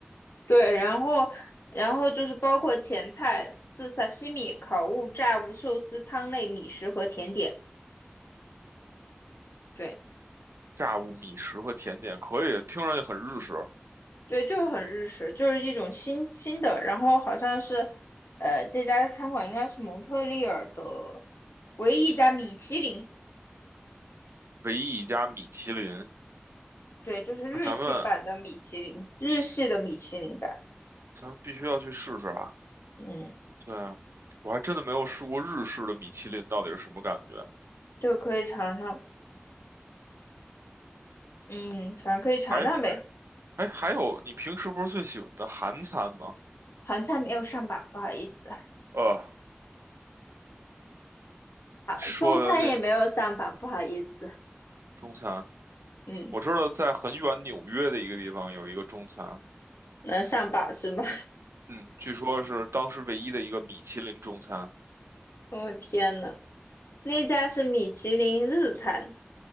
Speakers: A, on the left; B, on the right.
A: 对，然后，然后就是包括前菜是萨西米、烤物、炸物、寿司、汤类、米食和甜点。对，
B: 炸物、米食和甜点可以，听上去很日式。
A: 对，就是很日式，就是一种新新的。然后好像是，呃，这家餐馆应该是蒙特利尔的唯一一家米其林。
B: 唯一一家米其林，
A: 对，就是日系版的米其林，
B: 那咱们
A: 日系的米其林版。
B: 咱们必须要去试试啊！
A: 嗯，
B: 对啊，我还真的没有试过日式的米其林到底是什么感觉。
A: 就可以尝尝。嗯，反正可以尝尝呗。
B: 哎哎，还有你平时不是最喜欢的韩餐吗？
A: 韩餐没有上榜，不好意思。
B: 呃，
A: 啊，
B: 说的这
A: 中餐也没有上榜，不好意思。
B: 中餐，
A: 嗯。
B: 我知道在很远纽约的一个地方有一个中餐。
A: 能上榜是吗？<laughs>
B: 嗯，据说是当时唯一的一个米其林中餐。
A: 我天呐，那家是米其林日餐。